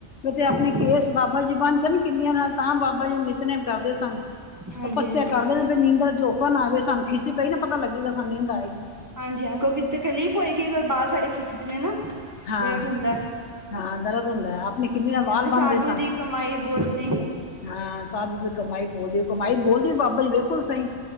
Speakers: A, on the left; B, on the right.
A: ਓ ਤੇ ਆਪਣੇ
B: ਹਾਂਜੀ
A: ਕੇਸ ਬਾਬਾ ਜੀ ਬੰਨਕੇ ਨੀ ਕਿੱਲੀਆ ਨਾਲ, ਤਾਂ ਬਾਬਾ ਜੀ ਨਿਤਨੇਮ ਕਰਦੇ ਸਨ।
B: ਹਾਂਜੀ
A: ਤਪੱਸਿਆ
B: ਹਾਂਜੀ
A: ਕਰਦੇ ਨੇ ਵੀ ਨੀਂਦਰ ਝੋਕਾ ਨਾ ਆਵੇ। ਸਾਨੂੰ ਖਿੱਚ ਪਈ ਨਾ, ਪਤਾ ਲੱਗੇਗਾ ਸਾਨੂੰ‌ ਨੀਂਦ ਆਏਗੀ।
B: ਹਾਂਜੀ, ਹਾਂ, ਕਿਉਂਕਿ ਤਕਲੀਫ਼ ਹੋਏਗੀ ਅਗਰ ਬਾਲ‌ ਸਾਡੇ ਖਿੱਚਦੇ ਨੇ ਨਾ,
A: ਹਾਂ
B: ਦਰਦ‌ ਹੁੰਦਾ।
A: ਹਾਂ, ਦਰਦ ਹੁੰਦਾ। ਆਪਣੇ ਕਿੰਨੇ
B: ਕਹਿੰਦੇ
A: ਨਾਲ ਵਾਲ ਬਣਦੇ
B: ਸਾਧੂ
A: ਸਨ।
B: ਦੀ ਕਮਾਈ ਬੋਲਦੀ
A: ਹਾਂ ਸਾਧੂ ਦੀ ਕਮਾਈ ਬੋਲਦੀ ਏ, ਕਮਾਈ ਬੋਲਦੀ ਬਾਬਾ ਜੀ ਵੇਖੋ ਤਾਂ ਸਹੀ।